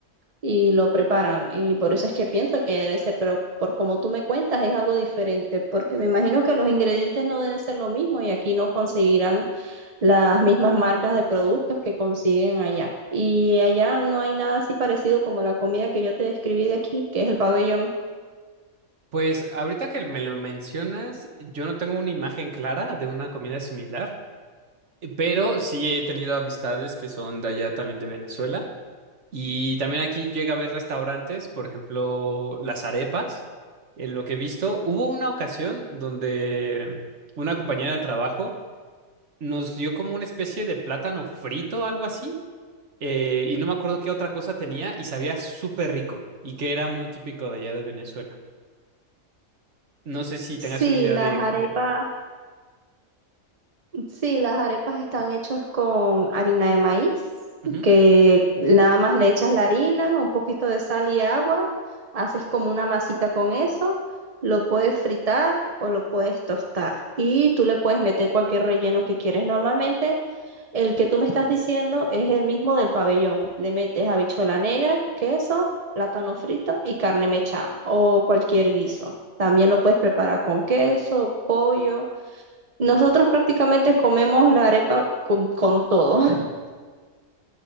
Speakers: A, on the right; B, on the right.
A: y lo preparan. Y por eso es que pienso que debe ser, pero por como tú me cuentas es algo diferente, porque me imagino que los ingredientes no deben ser lo mismo y aquí no conseguirán las mismas marcas de productos que consiguen allá. Y allá no hay nada así parecido como la comida que yo te describí de aquí, que es el pabellón.
B: Pues ahorita que me lo mencionas, yo no tengo una imagen clara de una comida similar, eh, pero sí he tenido amistades que son de allá también de Venezuela. Y también aquí llega a haber restaurantes, por ejemplo, las arepas. En lo que he visto, hubo una ocasión donde una compañera de trabajo nos dio como una especie de plátano frito, algo así, eh, y no me acuerdo qué otra cosa tenía y sabía súper rico y que era muy típico de allá de Venezuela. No sé si
A: Sí,
B: tengas una idea
A: las
B: de...
A: arepas.
B: de...
A: Sí, las arepas están hechas con harina de maíz,
B: Ujú.
A: que nada más le echas la harina, un poquito de sal y agua, haces como una masita con eso, lo puedes fritar o lo puedes tostar y tú le puedes meter cualquier relleno que quieres. Normalmente el que tú me estás diciendo es el mismo del pabellón. Le metes habichuela negra, queso, plátano frito y carne mechada o cualquier guiso. También lo puedes preparar con queso, pollo. Nosotros prácticamente comemos la arepa con, con todo. <laughs>